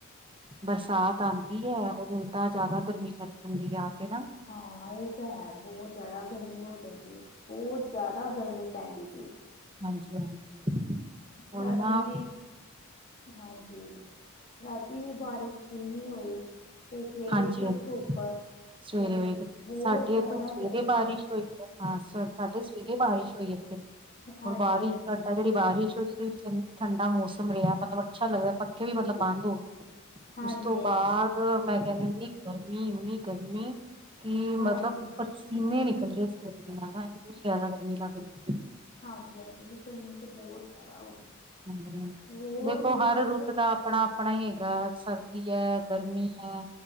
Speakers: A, on the right; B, on the left.
A: ਬਰਸਾਤ ਆਂਦੀ ਐ, ਔਰ ਉਲਟਾ ਜ਼ਿਆਦਾ ਗਰਮੀਂ ਕਰ ਜਾਂਦੀ ਐ, ਆ ਕੇ ਨਾ।
B: ਹਾਂ ਇਹ ਤਾਂ ਹੈ, ਬਹੁਤ ਜ਼ਿਆਦਾ ਗਰਮੀਂ ਹੋ ਜਾਂਦੀ ਏ। ਬਹੁਤ ਜ਼ਿਆਦਾ ਗਰਮੀ ਪੈਂਦੀ ਪਈ,
A: ਹਾਂਜੀ-ਹਾਂਜੀ-ਹਾਂਜੀ ਉਹੀ
B: ਰਾਤੀ
A: ਨਾ
B: ਵੀ ਹਾਂਜੀ, ਰਾਤੀ ਵੀ ਬਾਰਿਸ਼ ਕਿੰਨੀ ਹੋਈ। ਤੇ ਸਵੇਰੇ
A: ਹਾਂਜੀ-ਹਾਂਜੀ
B: ਫਿਰ ਧੁੱਪ
A: ਸਵੇਰੇ
B: ਤੇ
A: ਹੋਈ ਗਰਮੀ,
B: ਬਹੁਤ
A: ਸਾਡੇ
B: ਜ਼ਿਆਦਾ
A: ਇੱਥੇ ਸਵੇਰੇ
B: ਗਰਮੀ
A: ਬਾਰਿਸ਼
B: ਹੁੰਦੀ।
A: ਹੋਈ ਹੈ। ਹਾਂ, ਸਾਡੇ ਸਵੇਰੇ ਬਾਰਿਸ਼ ਹੋਈ ਇੱਥੇ।
B: ਹਾਂਜੀ
A: ਹੋਰ ਬਾਰਿਸ਼ ਘੰਟਾ ਜਿਹੜੀ ਬਾਰਿਸ਼ ਹੋਈ, ਉਹਦੇ ਵਿੱਚ ਇੰਨਾ ਠੰਡਾ ਮੌਸਮ ਰਿਹਾ, ਮੱਤਲਬ ਅੱਛਾ ਲੱਗਦਾ ਫੇਰ ਮਤਲਬ ਬੰਦ ਹੋ ਗਈ,
B: ਹਾਂਜੀ
A: ਉਸ ਤੋਂ
B: ਹਾਂਜੀ
A: ਬਾਅਦ
B: ਹਾਂਜੀ
A: ਮੈਂ ਕਿਹਾ ਇੰਨੀ ਗਰਮੀ, ਇੰਨੀ ਗਰਮੀ ਕਿ
B: ਹਾਂਜੀ
A: ਮੱਤਲਬ ਪਸੀਨੇ ਨਿਕਲ ਰਹੇ ਸੀ ਗਰਮੀਂ ਨਾਲ, ਇੰਨੀ ਜ਼ਿਆਦਾ ਗਰਮੀਂ ਲੱਗ ਰਹੀ ਸੀ।
B: ਹਾਂਜੀ -ਹਾਂਜੀ, ਨਹੀਂ ਗਰਮੀ ਤਾਂ ਬਹੁ ਜ਼ਿਆਦਾ ਹੋ ਗਈ।
A: ਹਾਂਜੀ,
B: ਹੋਰ
A: ਦੇਖੋ
B: ਹੁਮਸ
A: ਹਰ ਰੁੱਤ ਦਾ ਆਪਣਾ- ਆਪਣਾ ਹੀ ਹੈਗਾ, ਸਰਦੀ ਐ, ਗਰਮੀ ਐ।